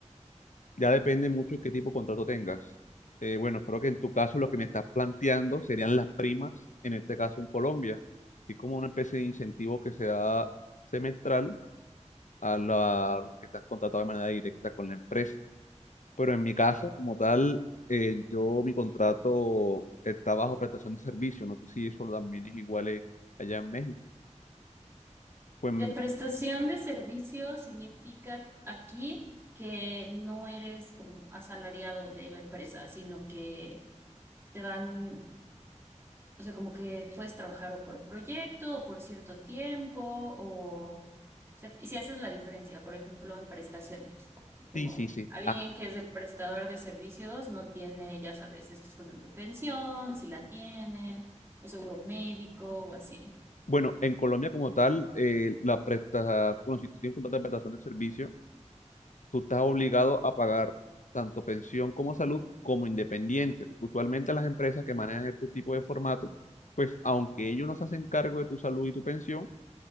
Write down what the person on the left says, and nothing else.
ya depende mucho de qué tipo de contrato tengas. Eh, bueno, creo que en tu caso lo que me estás planteando serían las primas, en este caso en Colombia, así como una especie de incentivo que se da semestral a la- los que están contratados de manera directa con la empresa. Pero en mi caso, como tal, eh, yo mi contrato está bajo prestación de servicio. No sé si eso también es igual en- allá en México. Pues mm,
sí, sí, sí.
Bueno, en Colombia como tal, eh, la presta, bueno, si tú tienes un contrato de prestación de servicio, tú estás obligado a pagar tanto pensión como salud como independiente. Usualmente las empresas que manejan este tipo de formato, pues aunque ellos no se hacen cargo de tu salud y tu pensión,